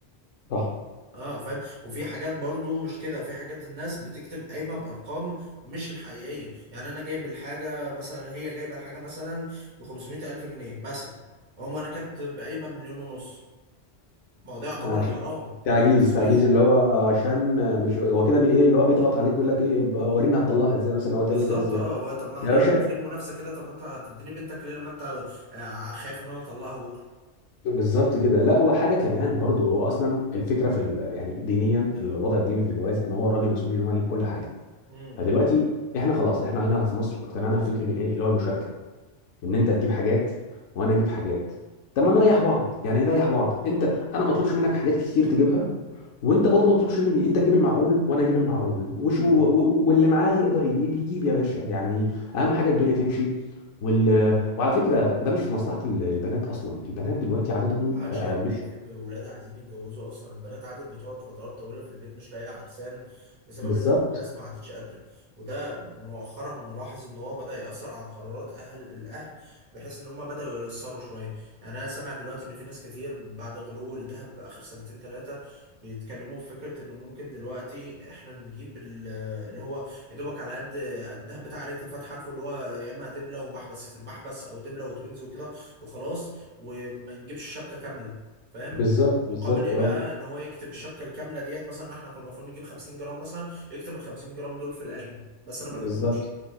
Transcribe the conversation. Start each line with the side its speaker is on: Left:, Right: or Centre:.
Left: صح
Right: اه فاهم وفي حاجات برضو مش كده وفي حاجات الناس بتكتب قايمه بارقام مش الحقيقيه يعني انا جايب الحاجه مثلا هي جايبه الحاجه مثلا ب 500 الف جنيه مثلا هم انا كاتب قايمه بمليون ونص ما هو ده يعتبر
Left: عشان
Right: حرام
Left: تعجيز
Right: هو ده تزوير
Left: تعجيز اللي هو عشان آه، مش هو كده بي إيه اللي هو بيضغط عليك يقول لك إيه بقى ورينا هتطلعها إزاي مثلا أو هتعمل
Right: بالظبط
Left: فيها إزاي
Right: اه هو طب ما احنا
Left: يا باشا
Right: لو داخلين منافسه كده طب انت هتديني بنتك ليه لما انت آه، خايف ان انا اطلقها بكره
Left: بالظبط كده لا وحاجة كمان برضو هو أصلا الفكرة في ال... يعني دينيا الوضع الديني في الجواز إن هو الراجل مسؤول إن هو يجيب كل حاجة
Right: امم
Left: فدلوقتي احنا خلاص احنا هنا في مصر اقتنعنا بفكره الايه اللي هو المشاركه ان انت تجيب حاجات وانا اجيب حاجات طب
Right: اه
Left: ما نريح بعض يعني نريح
Right: ايوه
Left: بعض انت انا ما اطلبش منك حاجات كتير تجيبها
Right: مم،
Left: وانت برضه ما تطلبش مني انت تجيب المعقول وانا اجيب
Right: مم،
Left: المعقول وش
Right: مم،
Left: و... و... واللي معاه يقدر يجيب يجيب يا باشا يعني اهم
Right: مم.
Left: حاجه الدنيا تمشي وال... وعلى فكره ده مش في مصلحه ال- البنات اصلا البنات دلوقتي عددهم
Right: ما عادش
Left: بقى
Right: يا ابني
Left: مش
Right: في ولاد عايزين يتجوزوا اصلا البنات عادت بتقعد فترات طويله في البيت مش لاقيه عرسان بسبب
Left: بالظبط
Right: ان الناس ما عادتش قادره وده مؤخرا ملاحظ ان هو بدا ياثر على قرارات اهل الاهل بحيث ان هم بداوا ييسروا شويه يعني انا سامع دلوقتي ان في ناس كتير بعد غلو الذهب اخر سنتين ثلاثه بيتكلموا في فكره انه ممكن دلوقتي احنا نجيب ال- اللي هو يا دوبك على قد الذهب بتاع ريت الفاتحه عارفه اللي هو يا اما دبله ومحبس محبس او دبله وتوينز وكده وخلاص وما نجيبش الشبكه كامله فاهم
Left: بالظبط
Right: مقابل
Left: بالظبط
Right: ايه بقى
Left: اه
Right: ان هو يكتب الشبكه الكامله ديت مثلا احنا كنا المفروض نجيب 50 جرام مثلا يكتب ال 50 جرام دول في القايمه بس انا ما
Left: بالظبط
Right: اجيبهمش